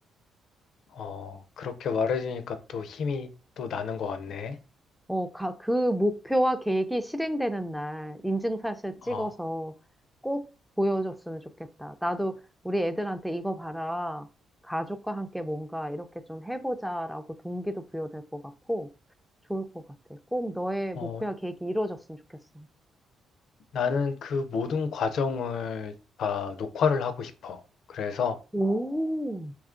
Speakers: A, on the left; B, in the centre.
A: 어, 그렇게 말해주니까 또 힘이 또 나는 것 같네.
B: 어, 가, 그 목표와 계획이 실행되는 날 인증샷을 찍어서
A: 어,
B: 꼭 보여줬으면 좋겠다. 나도 우리 애들한테 이거 봐라. 가족과 함께 뭔가 이렇게 좀 해보자라고 동기도 부여될 것 같고 좋을 것 같아. 꼭 너의
A: 어,
B: 목표와 계획이 이루어졌으면 좋겠어.
A: 나는 그 모든 과정을 다 녹화를 하고 싶어. 그래서
B: 오.